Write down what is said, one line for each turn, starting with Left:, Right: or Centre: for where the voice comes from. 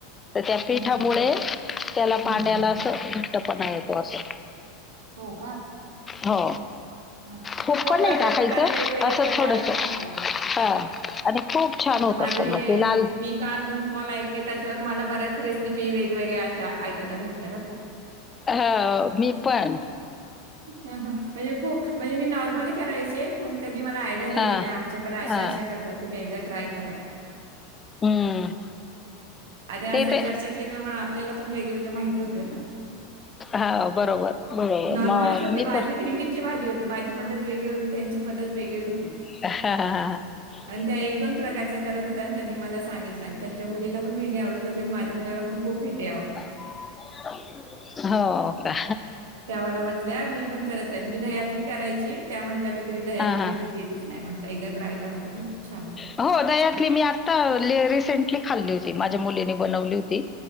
Left: तर त्या पिठामुळे
Right: हं, हं.
Left: त्याला पाण्याला
Right: हं, हं.
Left: अस घट्टपणा येतो असं
Right: हो का?
Left: हो
Right: हां.
Left: खोप
Right: हो,
Left: पण नाही
Right: प्रत्येक
Left: टाकायचं
Right: ठिकाणी वेगवेगळे
Left: असं
Right: प्रकार
Left: थोडस
Right: आहेत ना असे.
Left: हा आणि खूप छान
Right: आता
Left: होतात
Right: माझे
Left: पण मग ते लाल
Right: मी काल दोन पॉल ऐकले त्याच्यावर मला बऱ्याच रेसिपी वेगवेगळ्या अशा ऐकायला भेटल्या बघ
Left: हा मी पण
Right: ह म्हणजे खूप म्हणजे मी नॉर्मली करायचे त्यांनी मला आयडि
Left: हा
Right: दिले नाही आमच्याकडे अशा
Left: हा
Right: अशा करतात तुम्ही एकदाम ट्राय करा मग
Left: हम्म
Right: आणि असा
Left: ते ते
Right: चर्चा केल्यामुळे आपल्याला पण वेगळे वेगळ्या माहिती होते ना
Left: हा बरोबर बरोबर
Right: नॉर्मलच
Left: मग
Right: होती
Left: मी
Right: भाजी
Left: पण
Right: भेंडीची भाजी होती माझी पद्धत वेगळी होती त्यांची पद्धत वेगळी होती
Left: हा हा हा ह
Right: आणि त्या एक दोन प्रकारच्या करत होत आणि त्यांनी मला सांगितलं आणि त्यांच्या मुलीला पण भेंडी आवडत होते माझ्या मुलाला पण खूप भेटे आवते
Left: हो का
Right: त्या मला म्हटल्या मी पण करत आहे मी द्यातली करायची त्या म्हटल्या मी री दह्यातली
Left: हा.
Right: भेंडी केलीच नाही म्हटलं एकदा ट्राय करा तुम्ही छान
Left: हो दयातली मी आता रिसेंटली खाल्ली होती माझ्या मुलीने बनवली होती